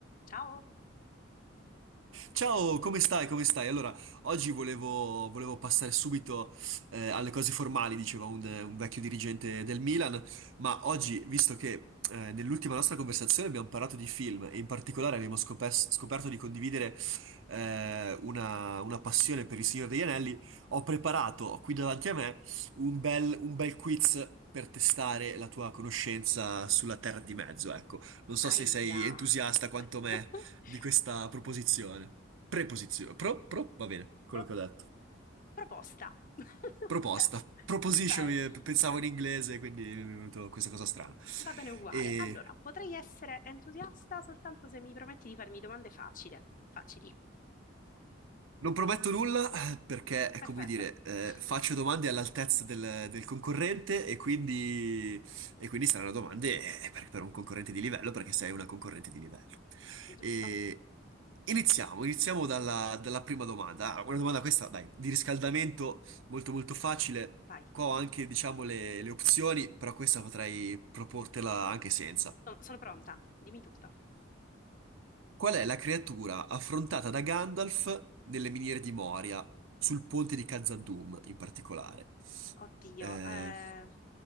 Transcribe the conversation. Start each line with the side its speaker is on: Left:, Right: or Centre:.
Left: Ciao.
Right: Ciao, come stai? Come stai? Allora, oggi volevo, volevo passare subito eh, alle cose formali, diceva un, un vecchio dirigente del Milan, ma oggi, visto che eh, nell'ultima nostra conversazione abbiamo parlato di film e in particolare abbiamo scopes- scoperto di condividere eh, una, una passione per il Signore degli Anelli, ho preparato qui davanti a me un bel, un bel quiz per testare la tua conoscenza sulla Terra di Mezzo, ecco. Non so
Left: Aia.
Right: se sei entusiasta quanto
Left: <laughs>
Right: me di questa proposizione. Preposizione. Pro, pro, va bene. quello
Left: Pro-
Right: che ho detto.
Left: proposta. <laughs> Ok,
Right: Proposta. Proposition,
Left: perfetto.
Right: eh, p- pensavo
Left: Pro-
Right: in inglese, quindi mi è venuto questa cosa strana.
Left: Va bene uguale.
Right: E
Left: Allora, potrei essere entusiasta soltanto se mi prometti di farmi domande facili. Facili.
Right: Non prometto nulla eh, perché, è
Left: Perfetto.
Right: come dire, eh,
Left: <laughs>
Right: faccio domande all'altezza del, del concorrente e quindi, e quindi saranno domande eh, per, per un concorrente di livello perché sei una concorrente di livello.
Left: Giusto.
Right: E iniziamo, iniziamo dalla, dalla prima domanda. Ah, Una domanda questa, dai, di riscaldamento molto molto facile.
Left: Vai.
Right: Qua ho anche, diciamo, le, le opzioni, però questa potrei proportela anche senza.
Left: Sono, sono pronta. Dimmi tutto.
Right: Qual è la creatura affrontata da Gandalf nelle miniere di Moria, sul ponte di Khazad-dûm in particolare?
Left: Oddio.
Right: Eh,
Left: eh,